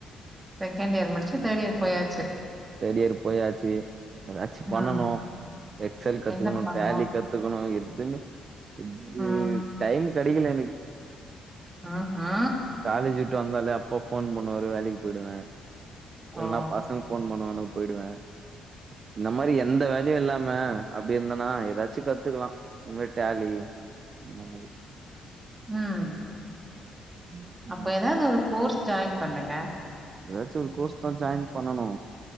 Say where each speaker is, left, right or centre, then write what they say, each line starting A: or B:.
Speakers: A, on the right (about 20°); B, on the right (about 45°).
A: செகண்ட் இயர் முடிச்சு தேட் இயர் போயாச்சு
B: தேட் இயர் போயாச்சு எதாச்சு பண்ணணு
A: ம்
B: எக்ஸல் கத்துக்கணு
A: என்ன பண்ணோ
B: டாலி கத்துக்கணு எதுமே இது
A: ம்
B: டைம் கெடிக்கில எனக்
A: அ ஆ
B: காலேஜ் விட்டு வந்தாலே அப்பா ஃபோன் பண்ணுவாரு வேலிக்கு போய்டுவே இல்னா
A: ஓ
B: பசங் ஃபோன் பண்ணுவானுங் போய்டுவே இந்த மாரி எந்த வேல்யு இல்லாம அப்டி இர்ந்தனா எதாச்சு கத்துக்கலா இந்த மாரி டேலி இந்த மாரி
A: ம்
B: மாரி
A: அப்ப எதாது ஒரு கோர்ஸ் ஜாயின் பண்ணுங்க
B: எதாச்சு ஒரு கோஸ்தா ஜாயின் பண்ணனு